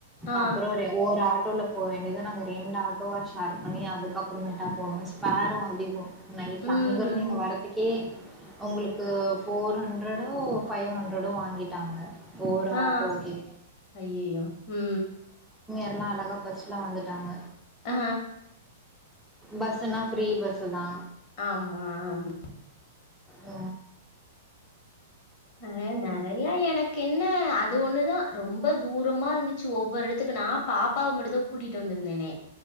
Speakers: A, on the left; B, in the centre.
A: ஆ.
B: அப்பறோ ரெ ஒரு ஆட் ஆட்டோல போக வேண்டியது நாங்க ரெண்டு ஆட்டோவா ஷேர்ப் பண்ணி அதுக்கப்பற மேட்டா போணுஸ் பேரோ அதிகோ நைட்ல
A: ம்.
B: அங்க இருந்து இங்க வறதுக்கே உங்குளுக்கு போர் ஹண்ரடோ ஃபைவ் ஹண் ரடோ வாங்கிட்டாங்க ஒரு
A: ஆ
B: ஆட்டோக்கே.
A: அய்யய்யோ உ
B: இதுலா அழகாக பஸ்ல வந்துட்டாங்க
A: ஆ
B: பஸ்ஸுனா ஃப்ரீ பஸ்ஸு தா
A: ஆமா ஆமா
B: ஆ
A: அ நெறையா எனக்கு என்ன அது ஒண்ணுதா ரொம்ப தூரமா இருந்துச்சு ஒவ்வொரு எடத்துக்கு நா பாப்பாவ மட்டுந்தா கூட்டிட்டு வந்துருந்தேனே